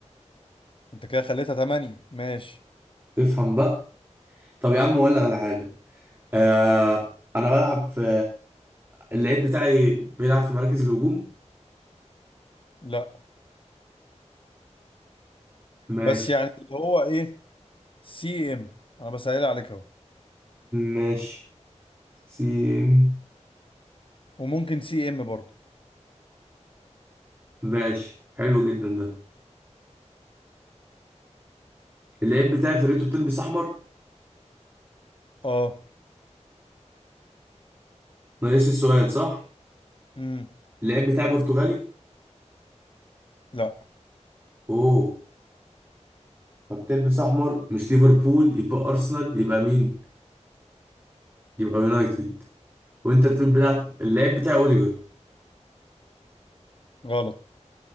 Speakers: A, on the left (about 45°); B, on the right (about 20°).
A: انت كده خليتها ثمانية ماشي
B: افهم بقى طب يا عم أقول لك على حاجة آه أنا بلعب في اللعيب بتاعي بيلعب في مراكز الهجوم
A: لا
B: ماشي
A: بس يعني اللي هو ايه سي ام انا بسأل عليك اهو
B: ماشي سيم
A: وممكن سي ام برضه
B: ماشي حلو جدا ده اللعيب بتاعي فرقته بتلبس أحمر
A: اه
B: ناقص السؤال صح
A: امم
B: اللاعب بتاعي برتغالي
A: لا
B: اوه فبتلبس احمر مش ليفربول يبقى ارسنال يبقى مين يبقى يونايتد وانت بتقول بيلعب اللاعب بتاعي اوديجر
A: غلط